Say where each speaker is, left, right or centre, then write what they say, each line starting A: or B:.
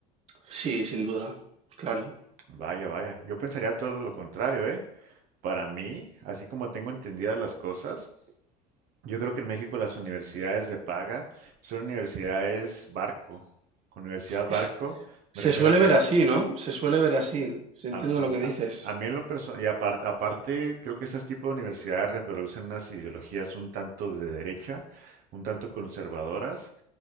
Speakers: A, on the right (about 40°); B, on the right (about 60°).
A: Sí, sin duda, claro.
B: Vaya, vaya. Yo pensaría todo lo contrario, ¿eh? Para mí, así como tengo entendidas las cosas, yo creo que en México las universidades de paga son universidades barco. Con universidad barco
A: Es- se
B: me refiero
A: suele
B: a que
A: ver así, ¿no? Se suele ver así. Se entiende
B: a, a-
A: lo que dices.
B: a- a mí en lo personal, y apar- aparte, creo que ese tipo de universidades reproducen unas ideologías un tanto de derecha, un tanto conservadoras,